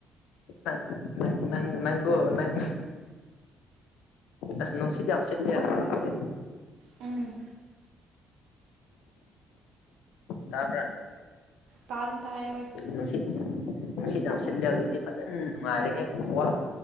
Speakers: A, on the left; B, on the right.
A: ꯑꯁ ꯅꯪ ꯅꯪ ꯑꯣ ꯅꯪ ꯑꯁ ꯅꯨꯡꯁꯤꯠ ꯌꯥꯝ ꯁꯤꯠꯂꯦ ꯍꯧꯖꯤꯛꯁꯦ
B: ꯎꯝ
A: ꯇꯥꯕ꯭ꯔꯥ
B: ꯇꯥꯗꯤ ꯇꯥꯥꯏꯌꯦ ꯑꯣꯏ
A: ꯅꯨꯡꯁꯤꯠ ꯅꯨꯡꯁꯤꯠ ꯌꯥꯝ ꯁꯤꯠꯂꯦ ꯍꯧꯖꯤꯛꯇꯤ ꯐꯖꯟ ꯅꯨꯡꯉꯥꯏꯔꯦꯍꯦ ꯋꯥ